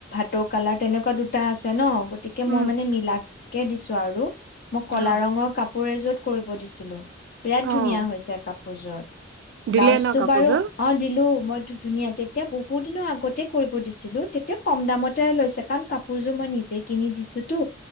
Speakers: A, on the left; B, on the right.
A: টৌ কালাৰ তেনেকুৱা দুটা আছে ন'। গতিকে
B: উম,
A: মই মানে মিলাক তাকেই দিছো আৰু মোক ক'লা
B: অ',
A: ৰঙৰ কাপ <unintelligible> কৰিব দিছিলোঁ। বিৰাট
B: অ',
A: ধুনীয়া হৈছে কাপ পূজৰ ব্লাউজটো
B: দিলে ন কাপোৰযোৰ?
A: বাৰু অ', দিলো, মইটো ধুনীয়া তেতিয়া বহুত দিনৰ আগতেই কৰিব দিছিলো তেতিয়া কম দামতে লৈছে কাৰণ কাপোৰযোৰ মই নিজে কিনি দিছো তো